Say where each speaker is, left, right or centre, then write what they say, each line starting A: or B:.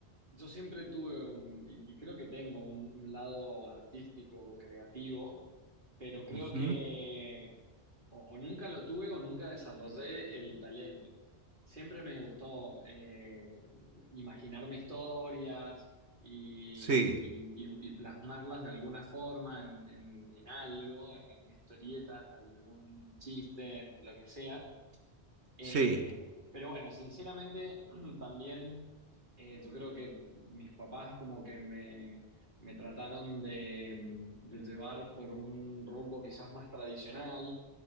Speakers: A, on the right; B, on the right.
A: Yo siempre tuve un, y, y creo que tengo un, un lado artístico, creativo, pero creo
B: Ujú.
A: que o, o nunca lo tuve o nunca desarrollé el talento. Siempre me gustó eh, imaginarme historias y,
B: Sí,
A: y- y- y plasmarlas de alguna forma en, en en algo, en alguna historieta, en algún chiste, en lo que sea. Eh,
B: sí,
A: pero bueno, sinceramente <clears throat> también eh, yo creo que mis papás como que me, me trataron de, de llevar por un rumbo quizás más tradicional,